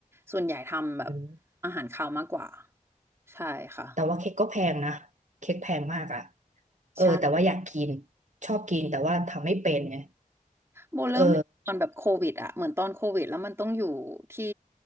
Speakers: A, on the right; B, on the right.
A: ส่วนใหญ่ทำแบบ
B: อืม
A: อาหารคาวมากกว่าใช่ค่ะ
B: แต่ว่าเค้กก็แพงนะเค้กแพงมากอะเออแต่ว่าอยากกิน
A: ใช่
B: ชอบกินแต่ว่าทำไม่เป็นไง
A: โบเริ่มตอนแบบโควิดอะเหมือนตอนโควิดแล้วมันต้องอยู่ที่
B: เออ